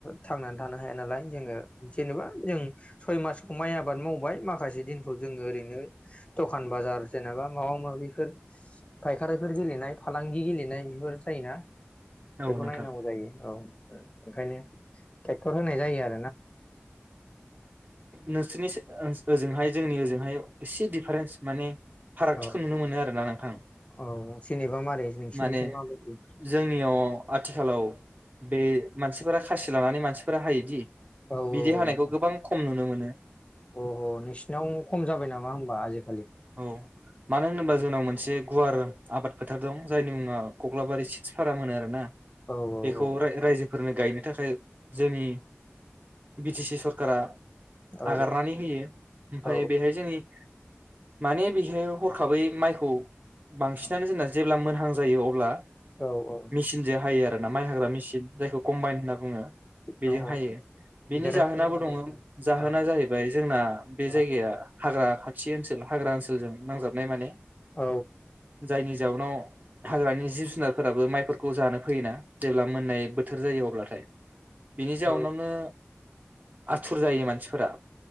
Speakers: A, on the left; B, on the right.
A: थांनानै थानो हाया नालाय। जोङो जेनेबा जों सय मासखौ माइ आबाद मावबाय माखासे दिनखौ जोङो ओरैनो दखान बाजार जेनेबा माबा माबिफोर फायखारिफोर गेलेनाय फालांगि गेलेनाय बेफोर जायोना।
B: औ
A: बेखौ
B: नोंथां
A: नायनांगौ जायो औ ओंखायनो ट्रेक्टर होनाय जायो आरो
B: नो सिनि सो ओजोंहाय जोंनि ओजोंहाय एसे दिडिफारेन्स माने। फारागथिखौ
A: औ
B: नुनो मोनो आरोना नोंथां।
A: औ जेनेबा मारै नोंसिनिथिं
B: माने
A: माबायदि
B: जोंनियाव आथिखालाव बे मानसिफोरा खासि लानानै मानसिफोरा हायोदि।
A: औ औ
B: बिदि हानायखौ
A: औ
B: गोबां खम नुनो मोनो
A: अह अह नोंसिनाव खम जाबाय नामा होन बा आजि
B: औ मानो होनोबा जोंनाव मोनसे गुवार आबाद फोथार दं जायनि मुङा कख्लाबारि सिदस फाराम होनो आरोना।
A: औ औ
B: बेखौ
A: औ
B: राय-रायजो फोरनो गायनो थाखाय। जोंनि। बि टि सि सरखारा।
A: औ
B: आगारनानै होयो ओमफ्राय
A: औ
B: बेहाय जोंनि माने बेहाय हरखाबै माइखौ बांसिनानो जोंना जेब्ला मोनहां जायो अब्ला।
A: औ उम।
B: मेचिनजों हायो आरोना माइ हाग्रा मेचिन जायखौ कम्बाइन होनना बुङो बेजों
A: औ औ
B: हायो बेनि
A: दोरोङारि
B: जाहोनाबो
A: आदबजों
B: दङ जाहोना
A: औ
B: जाहैबाय जोंना
A: औ
B: बे जायगाया हाग्रा खाथि। हाग्रा ओनसोलजों नांजाबनाय माने
A: औ
B: जायनि जाउनाव हाग्रानि जिब जुनारफोराबो माइफोरखौ जानो फैयोना जेब्ला मोननाय बोथोर जायो अब्लाथाय। बिनि जाउनावनो।
A: औ
B: आथुर जायो मानसिफोरा